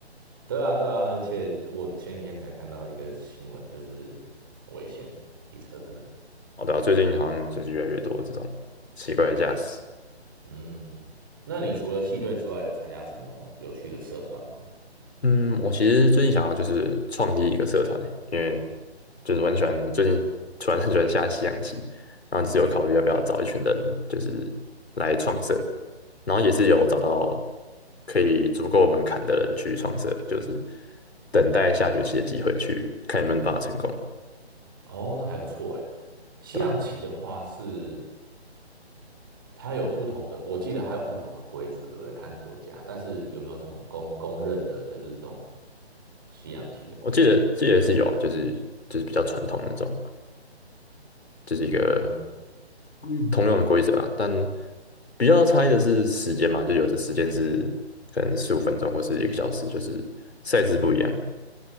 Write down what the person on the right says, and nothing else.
对啊，对啊，而且我前几天才看到一个新闻，就是很危险的，机车真的。
嗯，那你除了系队之外，有参加什么有趣的社团吗？
哦，那还不错诶。西洋棋的话是
它有不同的，我记得它有不同的规则，对不对？看国家，但是有没有什么公公认的，就是这种西洋棋的规则？
嗯，